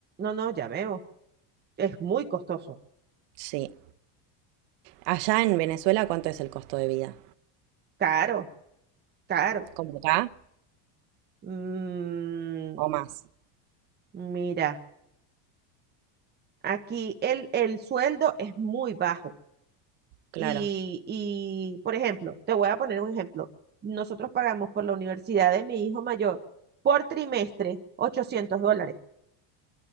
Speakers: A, on the right; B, on the right.
A: No, no, ya veo. Es muy costoso,
B: Sí. Allá en Venezuela, ¿cuánto es el costo de vida?
A: caro, caro.
B: ¿Como acá
A: Mm,
B: o más?
A: mira, aquí el, el sueldo es muy bajo.
B: Claro.
A: Y, y, por ejemplo, te voy a poner un ejemplo. Nosotros pagamos por la universidad de mi hijo mayor por trimestre 800 dólares.